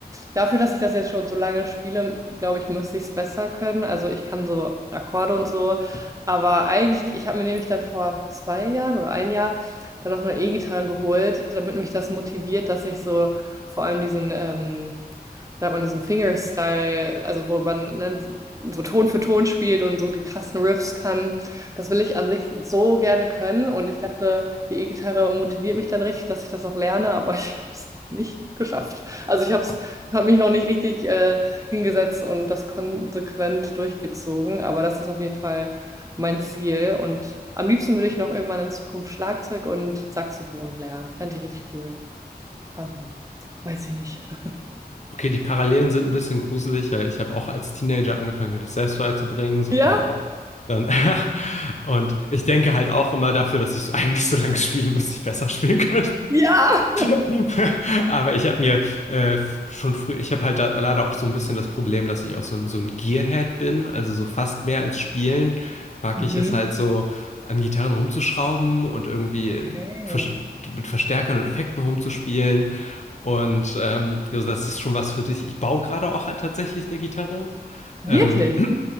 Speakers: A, on the right; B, on the left.
A: Dafür, dass ich das jetzt schon so lange spiele, glaube ich, müsste ich es besser können. Also ich kann so Akkorde und so. Aber eigentlich, ich habe mir nämlich dann vor zwei Jahren oder ein Jahr dann noch eine E-Gitarre geholt, damit mich das motiviert, dass ich so vor allem diesen ähm, da hat man diesen Fingerstyle, also wo man ne, so Ton für Ton spielt und so die krassen Riffs kann. Das will ich an sich so gerne können und ich dachte, die E-Gitarre motiviert mich dann richtig, dass ich das auch lerne, aber <laughs> ich habe es nicht geschafft. Also ich habe hab mich noch nicht richtig äh, hingesetzt und das konsequent durchgezogen, aber das ist auf jeden Fall mein Ziel und am liebsten würde ich noch irgendwann in Zukunft Schlagzeug und Saxophon lernen. Fände ich richtig cool. Aber weiß ich nicht. <laughs>
B: Okay, die Parallelen sind ein bisschen gruselig, weil ich habe auch als Teenager angefangen, mir das selbst beizubringen, so
A: Ja?
B: on und off. Dann, <laughs> und ich denke halt auch immer dafür, dass ich so <laughs> eigentlich so lange spiele, müsste ich besser spielen können.
A: Ja!
B: <laughs> Aber ich habe mir äh, schon früh, ich habe halt da leider auch so ein bisschen das Problem, dass ich auch so ein, so ein Gearhead bin, also so fast mehr als spielen, mag
A: Mhm.
B: ich es halt so an Gitarren rumzuschrauben und irgendwie
A: Okay.
B: äh, vers- mit Verstärkern und Effekten rumzuspielen. Und ähm, also das ist schon was für dich. Ich baue gerade auch halt tatsächlich eine Gitarre.
A: Wirklich?
B: Ähm,